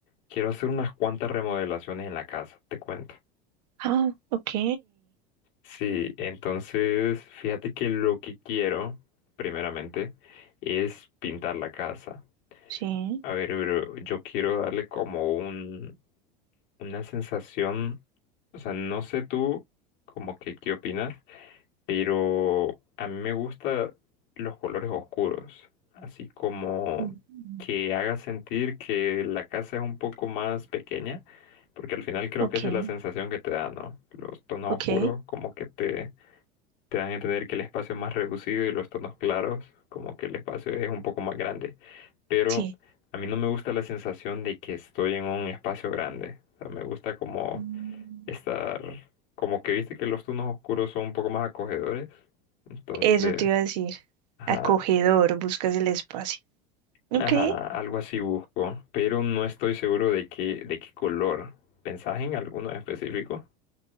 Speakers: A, on the left; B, on the right.
A: quiero hacer unas cuantas remodelaciones en la casa, te cuento.
B: Ah, ok.
A: Sí, entonces, fíjate que lo que quiero, primeramente, es pintar la casa.
B: Sí,
A: A ver, pero yo quiero darle como un, una sensación, o sea, no sé tú, como que, ¿qué opinas? pero a mí me gustan los colores oscuros, así como
B: Mm.
A: que haga sentir que la casa es un poco más pequeña, porque al final creo
B: ok,
A: que esa es la sensación que te da, ¿no? Los tonos
B: ok,
A: oscuros como que te, te dan a entender que el espacio es más reducido y los tonos claros como que el espacio es un poco más grande, pero
B: sí.
A: a mí no me gusta la sensación de que estoy en un espacio grande, o sea, me gusta como
B: Mm.
A: estar como que viste que los tonos oscuros son un poco más acogedores. Entonces,
B: Eso te iba a decir.
A: ajá,
B: Acogedor, buscas el espacio. Ok.
A: ajá, algo así busco, pero no estoy seguro de qué, de qué color. ¿Pensás en alguno en específico?